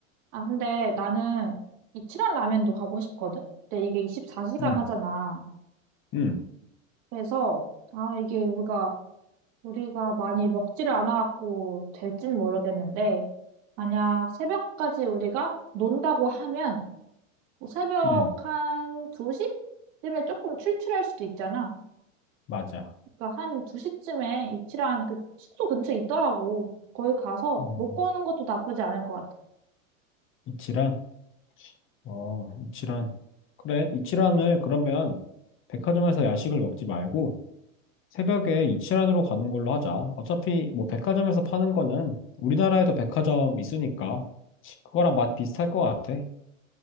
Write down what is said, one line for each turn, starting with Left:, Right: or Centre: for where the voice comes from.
Right: 아 근데 나는 이치란 라면도 가고 싶거든 근데 이게 24시간
Left: 음,
Right: 하잖아
Left: 음,
Right: 그래서 아 이게 우리가 우리가 많이 먹지를 않아갖고 될진 모르겠는데 만약 새벽까지 우리가 논다고 하면 뭐 새벽
Left: 음.
Right: 한 2시쯤에 조금 출출할 수도 있잖아.
Left: 맞아.
Right: 그러니까 한 2시쯤에 이치란 그 숙소 근처에 있더라고. 거기 가서
Left: 음.
Right: 먹고 오는 것도 나쁘지 않을 것 같아.
Left: 이치란? 어, 이치란. 그래, 이치란을 그러면 백화점에서 야식을 먹지 말고 새벽에 이치란으로 가는 걸로 하자. 어차피 뭐 백화점에서 파는 거는 우리나라에도 백화점 있으니까 그거랑 맛 비슷할 것 같아.